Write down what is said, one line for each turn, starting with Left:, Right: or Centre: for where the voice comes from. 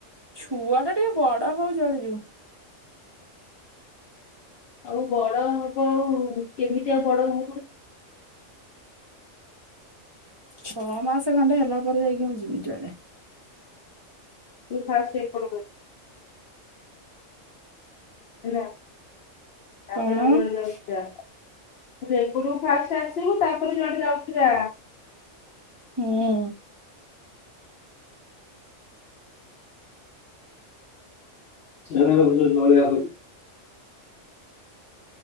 Right: ଛୁଆ ଟା ଟିକେ ବଡ ହଉ, ଯୁଆଡେ ଯିବୁ।
Left: ଆଉ ବଡ ହବ ଆଉ, କେମିତି ଆଉ ବଡ ହବ?
Right: ଛଅ ମାସ ଖଣ୍ଡେ ହେଲା ପରେ ଯାଇକି ମୁଁ ଯିବି ଯୁଆଡେ।
Left: ତୁ ଫାଷ୍ଟ ଏପଟୁ କୁ ଆସେ। ହେଲା, ତାପରେ
Right: କଣ
Left: ଆଉ ଯୁଆଡେ ଯାଉ ଯା, ମୁଁ କହିଲି ଏ ପଟକୁ ଫାଷ୍ଟ ଆସିବୁ, ତାପରେ ଯୁଆଡେ ଯାଉଚୁ ଯା।
Right: ହୁଁ
Left: <unintelligible>